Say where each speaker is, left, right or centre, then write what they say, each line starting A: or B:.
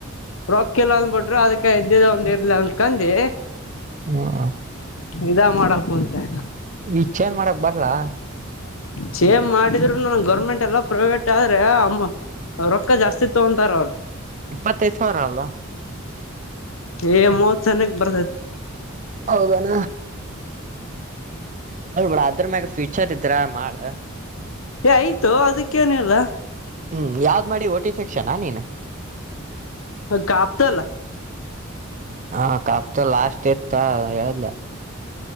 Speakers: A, on the left; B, on the right.
A: ರೊಕ್ಕಲ್ಲ ಅಂದ್ಬಿಟ್ರು ಅದಕ್ಕೆ ಎದ್ದಿದ ಒಂದ್ ಇರ್ಲಿ ಅಂದಕಂದಿ
B: ಹ್ಮ ಹ್ಮ
A: ಇದ ಮಾಡಕು ಅಂತೆ
B: ಈ ಚೇಂಜ್ ಮಾಡಕ್ ಬರ್ಲಾ
A: ಚೇಮ್ ಮಾಡಿದ್ರು ನನ್ ಗೌರ್ಮೆಂಟ್ ಎಲ್ಲ ಪ್ರೈವೇಟ್ ಆದ್ರೆ ಅಮ್ಮ ರೊಕ್ಕ ಜಾಸ್ತಿ ತಗೊಂತಾರ ಅವರು
B: ಇಪ್ಪತ್ತೈದು ಸಾವಿರ ಅಲ್ಲ
A: ಏ ಮೂವತ್ ಸನಕ್ ಬರ್ತೈತ್
B: ಹೌದಣ ಹಳ್ಬಡ ಅದ್ರ ಮ್ಯಾಗ ಫ್ಯೂಚರ್ ಇದ್ರ ಮಾಡ
A: ಏ ಆಯ್ತು ಅದಕ್ಕೇನಲ್ಲ
B: ಹ್ಮ್ ಯಾವ್ದ್ ಮಾಡಿ ಒಟ್ಟಿ ತೆಕ್ಷನಾ ನೀನ್
A: ಅ ಕಾಪ್ತಲ್ಲ
B: ಹಾ ಕಾಪ್ತ ಲಾಸ್ಟ್ ಇತ ಹೇಳದ್ಲ